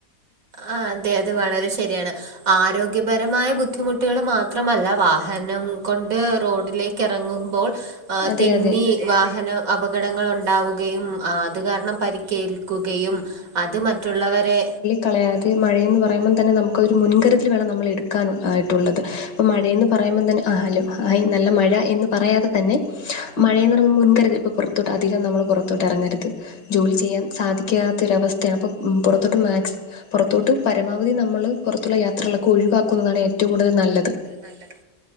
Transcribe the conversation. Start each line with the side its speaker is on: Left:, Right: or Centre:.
Right: ആഹ് അതെ അത് വളരെ ശരിയാണ് ആരോഗ്യപരമായ ബുദ്ധിമുട്ടുകള് മാത്രമല്ല വാഹനം കൊണ്ട് റോഡിലേ ക്കെറങ്ങുമ്പോൾ ആഹ്
Left: അതെ
Right: തെന്നി
Left: അതെ
Right: വാഹന അപകടങ്ങൾ ഉണ്ടാവുകയും അഹ് അത് കാരണം പരിക്കേൽ ക്കുകയും അത് മറ്റുള്ളവരെ
Left: കളയാതെ മഴയെന്ന് പറയുമ്പം തന്നെ നമുക്കൊരു മുൻകരുതൽ വേണം നമ്മളെടുക്കാൻ ആയിട്ടുള്ളത് ഇപ്പം മഴയെന്ന് പറയുമ്പം തന്നെ ആഹ് അല്ലോ ഹായ് നല്ല മഴ എന്ന് പറയാതെ തന്നെ മഴയെന്നൊറു മുൻകരുതൽ പ്പ പൊറ ത്തോട്ട് അധികം നമ്മള് പൊറത്തോട്ടെറങ്ങരുത് ജോലി ചെയ്യാൻ സാധി ക്കാത്തൊരവസ്ഥയാണ് അപ്പം പൊറത്തോട്ട് മാക്സ് പൊറത്തോട്ടും പരമാവധി നമ്മള് പൊറത്തുള്ള യാ ത്രകളൊക്ക ഒഴിവാക്കുന്നതാണ് ഏറ്റോം കൂടുതൽ നല്ലത്
Right: നല്ലത്